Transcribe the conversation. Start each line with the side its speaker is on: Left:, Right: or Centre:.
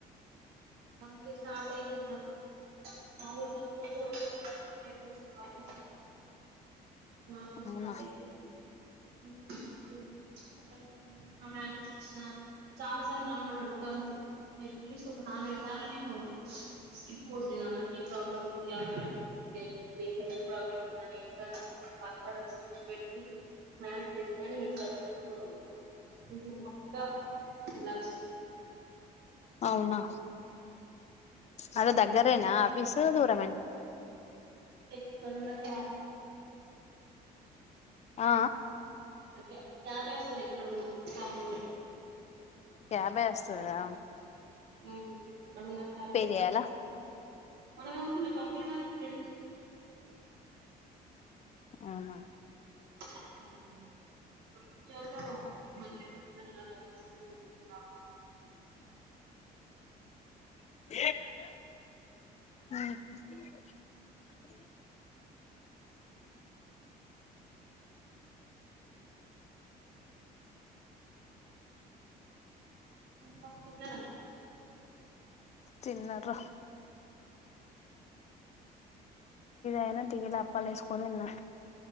Right: ఇగ స్టార్ట్ అయితది రా నాకుడా మా ఊర్లా <unintelligible> ఆఫీసు నాకూడా
Left: అవునా
Right: స్టార్ట్ అయిపోతది ఇన్ని రోజులు అటో ఇటో మ్యానేజ్ చేసిన చాలా సార్లు రమ్మన్నడు ఒక ఎట్లీస్ట్ ఒక నాల్గైదు అళ్ళనే స్కిప్ కోట్టిన నాకు ఈ ప్రాబ్లమ్ ఉంది ఆ ప్రాబ్లమ్ ఉంది అని చెప్పి హెల్త్ ప్రాబ్లమ్ ఉందిని సర్ ఒక్కరోజ్ స్కిప్ పెట్టి మ్యానేజ్ చేసిన కాని <unintelligible> పక్క వెళ్లాల్సిందే
Left: అవునా అదే దగ్గరేనా ఆఫీసు దూరమా
Right: ఎక్కడున్న <unintelligible>
Left: ఆ
Right: <unintelligible> క్యాబేవస్తది ఎక్కడున్నా కబ్య్లా
Left: క్యాబే వస్తాదా
Right: ఉమ్ ఎక్కడున్నదో ఆటో
Left: చేయాలా
Right: మన కాగు కంపెనీ వాళ్ళే ఇక్కడికే
Left: ఆహా
Right: <inaudible>
Left: ఉమ్
Right: ఇంకా తిన్నర మరి మీరు
Left: తిన్నార అయినా తిగిలి అప్పాల వేసుకొని తిన్నా